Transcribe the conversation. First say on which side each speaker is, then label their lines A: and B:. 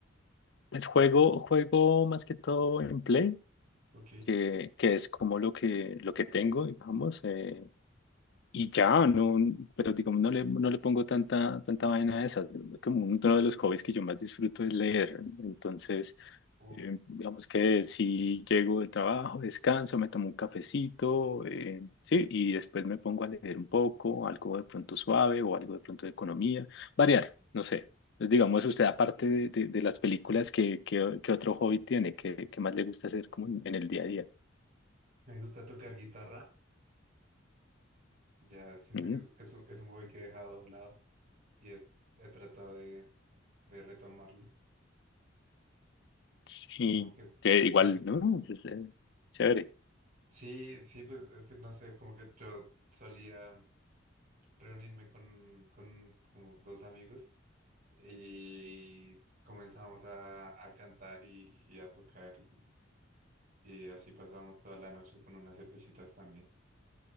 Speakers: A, on the left; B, on the right.
A: Es juego, juego más que todo en Play,
B: Ok.
A: que, que es como lo que, lo que tengo, digamos. eh, Y ya, no, pero digamos, no le, no le pongo tanta, tanta vaina a esas. Como uno de los hobbies que yo más disfruto es leer. Entonces,
B: O
A: eh, digamos que si llego del trabajo, descanso, me tomo un cafecito, eh, sí, y después me pongo a leer un poco, algo de pronto suave o algo de pronto de economía, variar, no sé. Entonces, digamos, usted aparte de, de- de las películas, ¿qué, qué, qué otro hobby tiene? ¿Qué, qué más le gusta hacer como en, en el día a día?
B: me gusta tocar guitarra. Ya siento
A: Ujú.
B: que es, es, un es un juego que he dejado a un lado y he, he tratado de, de retomarlo.
A: Sí,
B: Como que...
A: que igual,
B: ten-
A: ¿no? es eh, chévere.
B: Sí, sí, pues es que no sé, como que yo solía reunirme con, con como dos amigos y comenzamos a, a cantar y, y a tocar y, y así pasábamos toda la noche con unas cervecitas también.